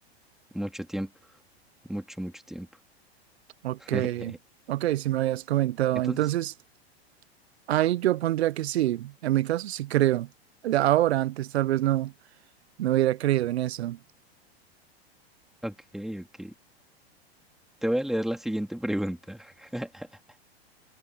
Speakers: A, in the centre; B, on the right.
A: mucho tiempo, mucho, mucho tiempo.
B: Ok.
A: <laughs>
B: Ok, si me habías comentado.
A: Entonces,
B: Entonces, ahí yo pondría que sí. En mi caso sí creo. Ahora, antes tal vez no, no hubiera creído en eso.
A: ok, ok. Te voy a leer la siguiente pregunta. <laughs>